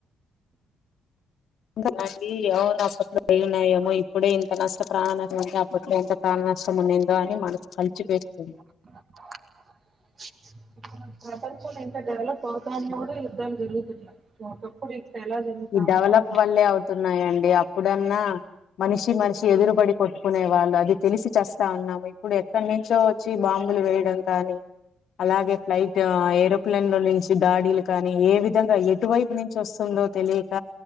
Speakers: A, on the left; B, on the right.
A: ఇంత అండి అవును పట్ల అయి ఉన్నాయ ఏమో ఇప్పుడే ఇంత నష్ట ప్రాణ నష్టం ఉంటే అప్పట్లో ఇంత ప్రాణ నష్టం ఉండందో అని మనకు కలిచిపేసుంది
B: <inaudible> ప్రపంచం ఇంకా డెవలప్ అవుతాం కూడా ఇద్దం జరుగుతుంది ఒకప్పుడు ఇప్పుడు ఎలా జరుగుతా
A: ఈ డెవలప్
B: ఉన్నాయి
A: వల్లే అవుతున్నాయంండి అప్పుడన్నా మనిషి మనిషి ఎదురుబడి కొట్టుకునే వాళ్ళు అది తెలిసి చస్తా ఉన్నాము ఇప్పుడు ఎక్కడి నుంచో వచ్చి బాంబులు వేయడం కానీ అలాగే ఫ్లైట్ ఏరోప్లేన్ లో నుంచి దాడీలు కానీ ఏ విధంగా ఎటువైపు నుంచి వస్తుందో తెలియక